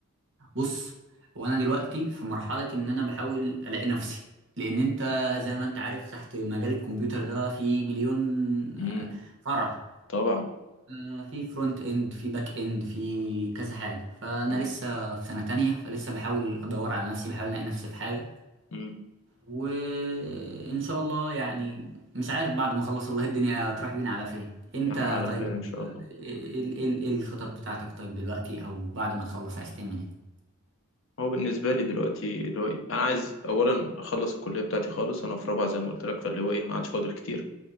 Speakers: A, on the right; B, on the left.
A: بص هو انا دلوقتي في مرحله ان انا بحاول الاقي نفسي لان انت زي ما انت عارف تحت مجال الكمبيوتر ده في مليون
B: امم
A: آه، فرع
B: طبعا
A: آه، في فرونت اند في باك اند في كذا حاجه فانا
B: مم.
A: لسه في سنه تانية فلسه بحاول ادور على نفسي بحاول الاقي نفسي في حاجه
B: مم.
A: وان شاء الله يعني مش عارف بعد ما اخلص والله الدنيا هتروح بينا على فين انت
B: يا عم على
A: طيب
B: خير ان شاء الله
A: ايه إيه- إيه إيه الخطط بتاعتك طيب دلوقتي او بعد ما تخلص عايز تعمل ايه
B: هو بالنسبه لي دلوقتي اللي هو إيه، انا عايز اولا اخلص الكليه بتاعتي خالص انا في رابعه زي ما قلت لك فاللي هو ايه ما عادش فاضل كتير